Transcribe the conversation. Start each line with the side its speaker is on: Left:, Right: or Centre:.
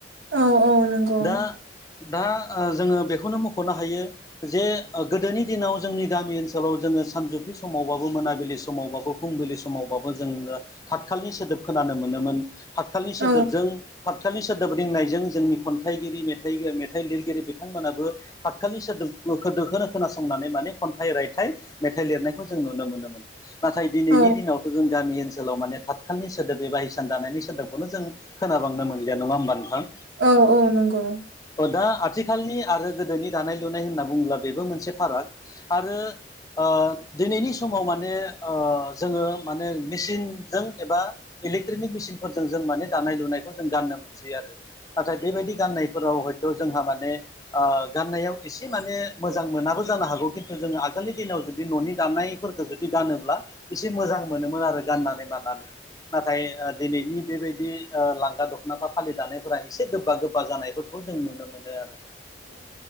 Right: औ औ नंगौ
Left: दा दा जोङो बेखौनो मख'नो हायो जे गोदोनि दिनाव जोंनि गामि ओनसोलाव जोङो सानजौफि समाव <unintelligible> मोनाबिलि समावबाबो फुंबिलि समावबाबो जोंनो थतखालनि सोदोब खोनानो मोनोमोन थाथखालनि
Right: औ
Left: सोदोबजों थाथखालनि सोदोब रिंनायजों जोंनि खन्थाइगिरि मेथाइ मेथाइ लिरगिरि बिथांमोनाबो थाथखालनि सोदोबखोनो खोनासंनानै माने खन्थाइ रायथाइ मेथाइ लिरनायखौ जों नुनो मोनोमोन नाथाय दिनैनि
Right: औ
Left: दिनावथ' जों गामि ओनसोलाव माने थाथखालनि सोदोब एबा हिसान दानायनि सोदोबखौनो जों खोनाबांनो मोनलिया नङा होमबा नोंथां
Right: औ औ नंगौ
Left: दा आथिखालनि आरो गोदोनि दानाय लुनाय होनना बुंङोब्ला बेबो मोनसे फाराग आरो ओ दिनैनि समाव माने ओ जोङो माने मेसिनजों एबा इलेकट्रनिक मिसिनफोरजों जों माने दानाय लुनायखौ जों गाननो मोनसै आरो नाथाय बेबायदि गाननायफोराव हयथ' जोंहा माने ओ गाननायाव एसे एसे माने मोजां मोनाबो जानो हागौ खिन्थु जोङो आगोलनि दिनाव जुदि न'नि दानायफोरखौ जुदि गानोब्ला एसे मोजां मोनोमोन आरो गाननानै मानानै नाथाय दिनैनि बेबायदि ओ लां गा दख'नाफा फालि दानायफोरा एसे गोबा गोबा जानायफोरखौ जों नुनो मोनो आरो